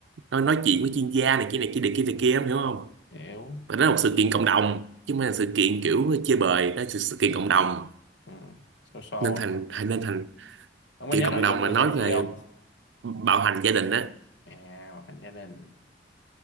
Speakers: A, on the right; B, on the left.
A: nó nói chuyện với chuyên gia này kia này kia này kia này kia em hiểu không
B: hiểu
A: và nó là một sự kiện cộng đồng chứ không phải là sự kiện kiểu chơi bời đó là sự, sự kiện cộng đồng
B: ừ. so so
A: nên
B: lắm.
A: thành
B: không
A: hay nên thành
B: Không có
A: kiểu
B: nhớ
A: cộng
B: nội
A: đồng
B: dung
A: mà
B: là
A: nói
B: dạy gì
A: về
B: không
A: bạo hành gia đình á
B: à hoạt hình gia đình